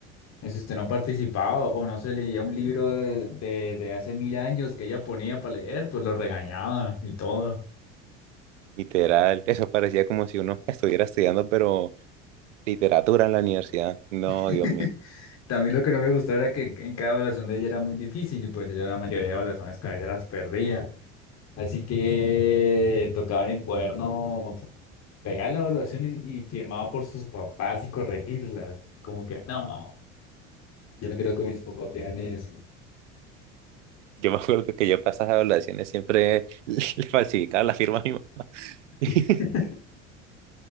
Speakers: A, on the left (about 45°); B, on the right (about 80°).
A: en si usted no participaba o no se leía un libro de, de, de hace mil años que ella ponía para leer, pues lo regañaba y todo.
B: literal, eso parecía como si uno estuviera estudiando, pero literatura en la universidad, no,
A: <laughs>
B: Dios mío.
A: También lo que no me gustó era que en cada evaluación de ella era muy difícil, pues yo la mayoría de evaluaciones con ella las perdía. Así que tocaban el cuaderno, pegaba la evaluación y, y firmaba por sus papás y corregirlas. Como que, no, yo no creo que mis papás vean eso.
B: Yo me acuerdo que yo para esas evaluaciones siempre <laughs> le falsificaba la firma a mi mamá. <laughs>
A: <laughs>